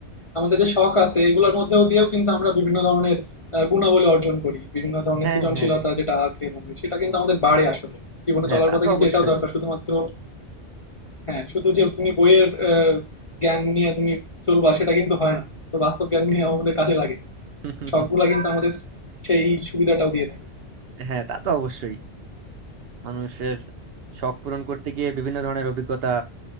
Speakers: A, on the left (about 45°); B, on the right (about 65°).
A: আমাদের যে শখ আছে এগুলোর মধ্যেও দিয়েও কিন্তু আমরা বিভিন্ন ধরনের আহ, গুণাবলী অর্জন করি বিভিন্ন ধরনের
B: হ্যাঁ
A: সৃজনশীলতা
B: হ্যাঁ
A: যেটা আগে বলি সেটা কিন্তু আমাদের বাড়ে আসলে জীবনে
B: হ্যাঁ
A: চলার
B: তা
A: পথে
B: তো
A: কিন্তু
B: অবশ্যই
A: এটাও দরকার শুধুমাত্র হ্যাঁ শুধু যে তুমি বইয়ের আহ, জ্ঞান নিয়ে তুমি চলবা সেটা কিন্তু হয় না তো বাস্তব জ্ঞান নিয়ে আমাদের কাজে লাগে
B: <laughs>
A: শখগুলা কিন্তু আমাদের সেই সুবিধাটাও দিয়ে থাকে
B: হ্যাঁ তা তো অবশ্যই মানুষের শখ পূরণ করতে গিয়ে বিভিন্ন ধরনের অভিজ্ঞতা